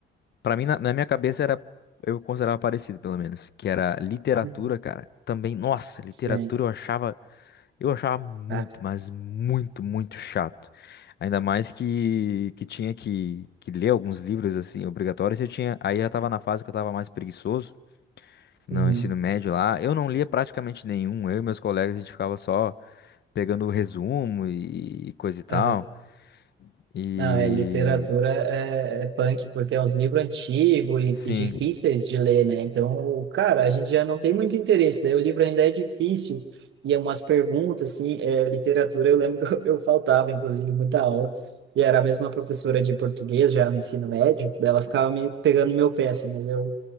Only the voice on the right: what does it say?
Uhum.
Sim.
Ah,
Uhum.
Aham.
Não, é, literatura é, é punk, porque é uns livros antigos e,
e difíceis de ler, né? Então, cara, a gente já não tem muito interesse, daí o livro ainda é difícil, e é umas perguntas, assim, é, literatura, eu lembro <laughs> que eu, eu faltava, inclusive, muita aula, e era a mesma professora de português já no ensino médio, daí ela ficava me pegando no meu pé, assim, mas eu